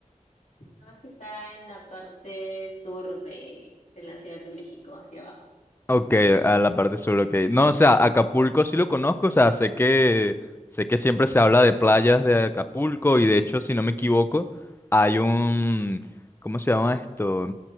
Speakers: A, on the left; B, on the left.
A: Nada más que Está en la parte sur de, de la Ciudad de México, hacia abajo.
B: Ok, a la parte sur, ok. No, o sea, Acapulco sí lo conozco, o sea, sé que sé que siempre se habla de playas de Acapulco y de hecho, si no me equivoco, hay un ¿cómo se llama esto?